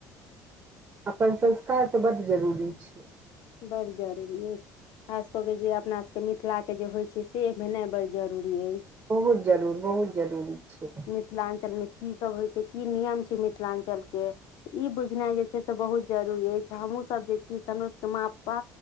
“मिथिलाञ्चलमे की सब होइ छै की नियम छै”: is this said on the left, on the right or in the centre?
Left